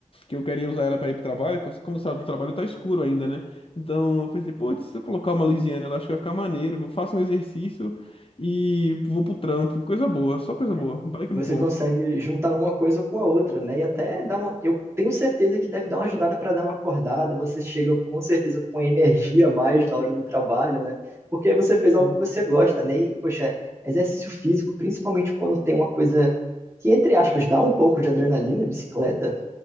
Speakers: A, on the left (about 45°); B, on the right (about 20°).
A: que eu queria usar ela para ir pro trabalho, cos- como eu saio do trabalho tá escuro ainda, né? Então eu pensei, putz, se eu colocar uma Louisiana, eu acho que vai ficar maneiro. Vou faço um exercício e vou pro trampo. Coisa boa, só coisa
B: É.
A: boa. Bike é
B: Você
A: muito bom.
B: consegue juntar uma coisa com a outra, né? E até dá uma. Eu tenho certeza que deve dar uma ajudada para dar uma acordada. Você chega com certeza com energia a mais na hora do trabalho, né? Porque você fez algo
A: Sim,
B: que você gosta, né? E, poxa, exercício físico, principalmente quando tem uma coisa que, entre aspas, dá um pouco de adrenalina, bicicleta.